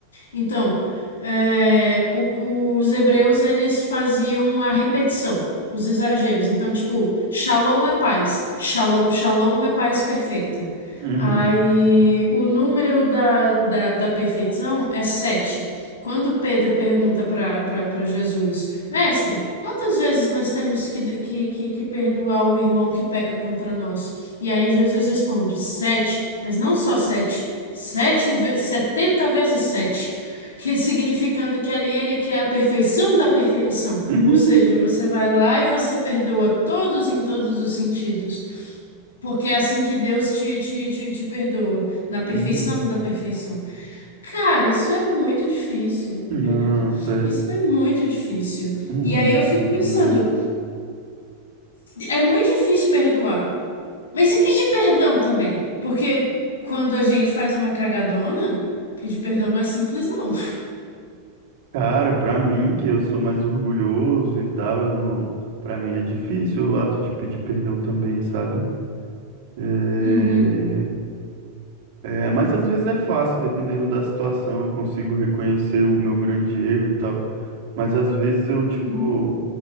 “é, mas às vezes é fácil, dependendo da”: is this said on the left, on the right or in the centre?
Right